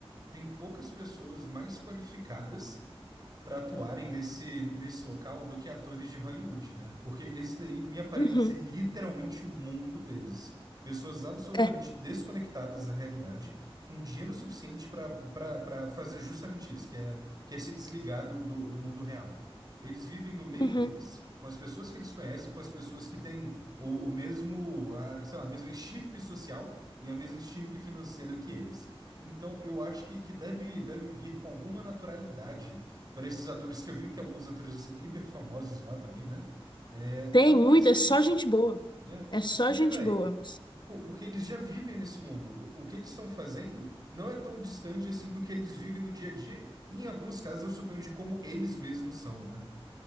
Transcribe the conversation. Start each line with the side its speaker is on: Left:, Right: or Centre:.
Right: tem poucas pessoas mais qualificadas para atuarem nesse, nesse local do que atores de Hollywood, né? Porque esse daí me aparenta
Left: Uhum,
Right: ser literalmente o mundo deles. Pessoas absolutamente
Left: é,
Right: desconectadas da realidade, com dinheiro suficiente para para fazer justamente isso, que é, que é se desligar do, do, do mundo real. Eles vivem no meio
Left: uhum.
Right: deles, com as pessoas que eles conhecem, com as pessoas que têm o, o mesmo, a, sei lá, a mesma estirpe social e a mesma estirpe financeira que eles. Então, eu acho que, que deve, deve vir com alguma naturalidade para esses atores que eu vi, que tem alguns atores assim hiper famosos lá também, né? É,
Left: Tem
Right: atuar
Left: muito,
Right: isso daí,
Left: é só gente boa.
Right: né?
Left: É só
Right: Porque,
Left: gente
Right: velho,
Left: boa.
Right: porque eles já vivem nesse mundo. O que eles estão fazendo não é tão distante assim do que eles vivem no dia a dia. E em alguns casos, eu suponho de como eles mesmos são, né?